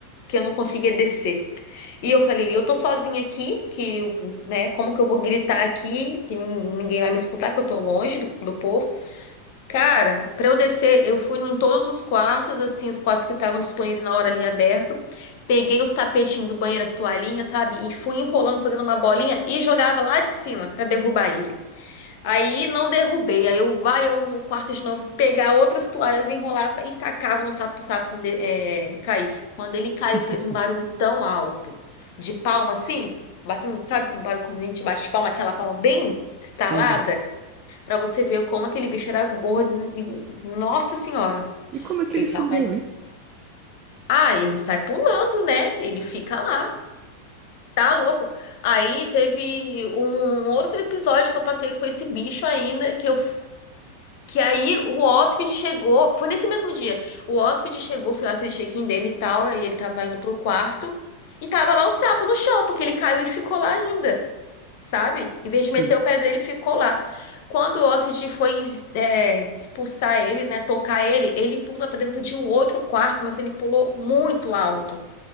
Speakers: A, on the left; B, on the right.
A: que eu não conseguia descer. E eu falei, eu tô sozinha aqui, que, eu- né, como que eu vou gritar aqui, que nin- ninguém vai me escutar, que eu tô longe do, do povo. Cara, pra eu descer, eu fui em todos os quartos, assim, os quartos que estavam disponíveis na hora ali aberto, peguei os tapetinhos do banheiro, as toalhinhas, sabe, e fui enrolando, fazendo uma bolinha e jogava lá de cima pra derrubar ele. Aí não derrubei. Aí eu vai eu no quarto de novo pegar outras toalhas, enrolava e tacava no sapo pro sapo de- eh, cair. Quando ele caiu,
B: <laughs>
A: fez um barulho tão alto, de palma assim, batendo, sabe, com barulho quando a gente bate palma, aquela palma bem estalada,
B: Sim.
A: pra você ver como aquele bicho era gordo. e- Nossa Senhora,
B: E como é que
A: aquele
B: ele subiu,
A: sapo.
B: hein?
A: Ah, ele sai pulando, né? Ele fica lá. Tá louco? Aí teve um um outro episódio que eu passei com esse bicho ainda, que eu Que aí o hóspede chegou, foi nesse mesmo dia. O hóspede chegou, fui lá, fiz o check-in dele e tal, aí ele tava indo pro quarto e tava lá o sapo no chão, porque ele caiu e ficou lá ainda, sabe? Em vez
B: Sim.
A: de meter o pé dele, ele ficou lá. Quando o hóspede foi é, expulsar ele, né, tocar ele, ele pula pra dentro de um outro quarto, mas ele pulou muito alto,